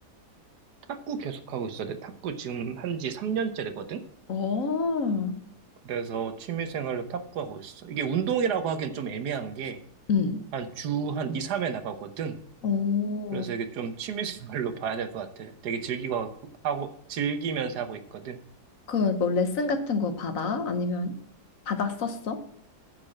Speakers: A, on the right; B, on the left.
A: 탁구 계속하고 있어. 내 탁구 지금 한 지 3년째 되거든?
B: 어,
A: 그래서 취미생활로 탁구하고 있어. 이게 운동이라고 하기엔 좀 애매한 게
B: 응.
A: 한 주 한 2, 3회 나가거든?
B: 어,
A: 그래서 이게 좀 취미생활로 봐야 될 것 같아. 되게 즐기고 하고, 즐기면서 하고 있거든?
B: 그, 뭐, 레슨 같은 거 받아? 아니면 받았었어?